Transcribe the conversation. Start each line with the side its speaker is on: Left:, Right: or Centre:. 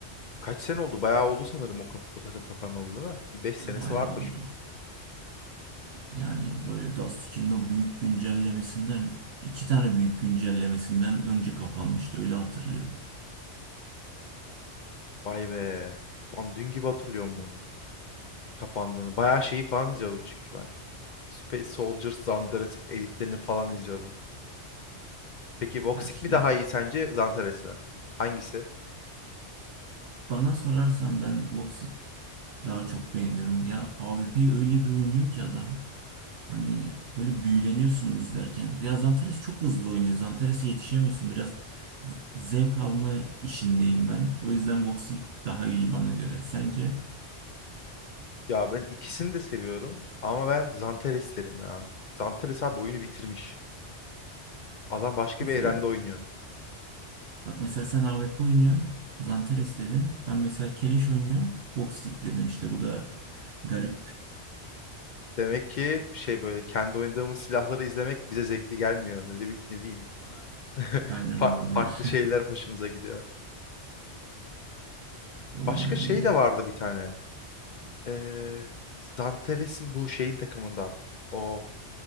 Left: Kaç sene oldu? Bayağı oldu sanırım o, kap- o takım kapanalı değil mi? Bir beş senesi
Right: Bayağı
Left: vardır.
Right: oldu. Yani böyle Dusty'nin o büyük güncellemesinden iki tane büyük güncellemesinden önce kapanmıştı öyle hatırlıyorum.
Left: Vay be. Lan dün gibi hatırlıyorum onu. Kapandığını. Bayağı şeyi falan izliyordum çünkü ben. Space Soldiers, Zandares editlerini falan izliyordum. Peki Voxic
Right: Ya işte
Left: mi daha iyi sence Zantares mi? Hangisi?
Right: bana sorarsan ben Voxit daha çok beğeniyorum. Ya A AWP'yi öyle bir oynuyor ki adam. Hani böyle büyüleniyorsun izlerken. Ya Zantares çok hızlı oynuyor. Zantares'e yetişemiyorsun. Biraz z- zevk alma işindeyim ben. O yüzden Voxit daha iyi bana göre. Sence?
Left: Ya ben ikisini de seviyorum ama ben Zantares derim ya. Zantares abi oyunu bitirmiş. Adam başka
Right: Mesela
Left: bir evrende oynuyor.
Right: Bak mesela sen AWP oynuyorsun. Zanteres dedin. Ben mesela Keleş oynuyorum. Voxic dedim işte. Bu da garip.
Left: Demek ki şey böyle kendi oynadığımız silahları izlemek bize zevkli gelmiyor. Ne, de, ne diyeyim?
Right: A-
Left: <laughs>
Right: Aynen
Left: Fa-
Right: olabilir.
Left: farklı şeyler
Right: <laughs>
Left: hoşumuza gidiyor.
Right: O
Left: Başka
Right: yönden
Left: şey
Right: iyi.
Left: de vardı bir tane. Ee, Zantares'in bu şeyin takımında. O